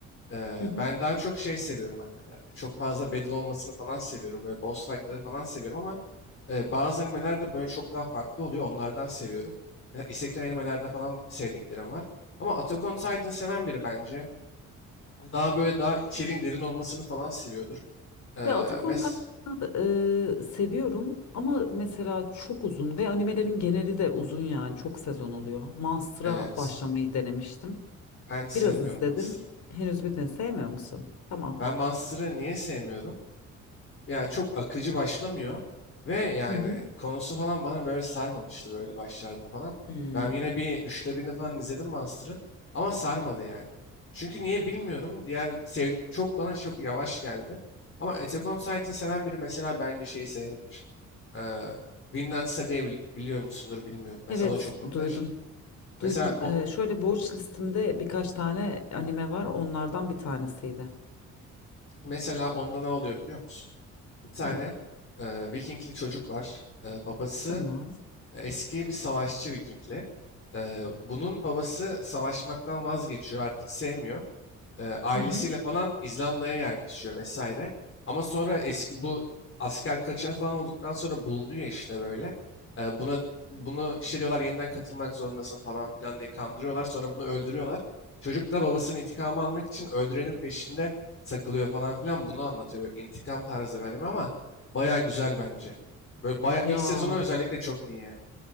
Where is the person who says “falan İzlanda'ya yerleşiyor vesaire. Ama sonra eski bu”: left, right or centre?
Left